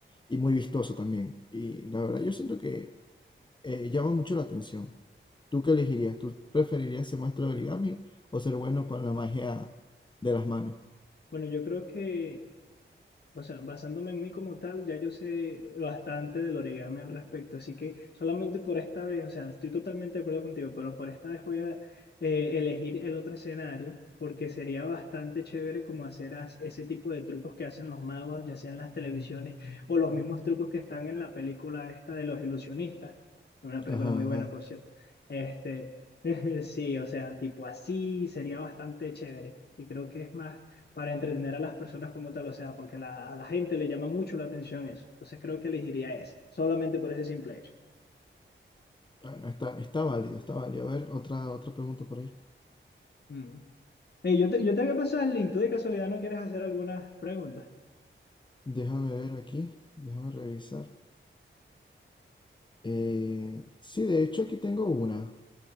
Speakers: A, on the left; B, on the left.
A: y muy vistoso también. Y la verdad, yo siento que eh, llama mucho la atención. ¿Tú qué
B: Mm.
A: elegirías? ¿Tú preferirías ser maestro de origami o ser bueno con la magia de las manos?
B: Bueno, yo creo que O sea, basándome en mí como tal, ya yo sé bastante del origami al respecto, así que solamente por esta vez, o sea, estoy totalmente de acuerdo contigo, pero por esta vez voy a eh, elegir el otro escenario, porque sería bastante chévere como hacer as- ese tipo de trucos que hacen los magos, ya sean las televisiones o los mismos trucos que están en la película esta de los ilusionistas, una película
A: Ajá,
B: muy buena,
A: ajá.
B: por cierto. Este, <laughs> sí, o sea, tipo así sería bastante chévere y creo que es más para entretener a las personas como tal, o sea, porque la- a la gente le llama mucho la atención eso. Entonces creo que elegiría esa, solamente por ese simple hecho.
A: Bueno, está, está válido, está válido. A ver, otra, otra pregunta por ahí.
B: Mm. Ey, yo te, yo te voy a pasar el link, ¿tú de casualidad no quieres hacer algunas preguntas?
A: Déjame ver aquí, déjame revisar. Eh, sí, de hecho aquí tengo una.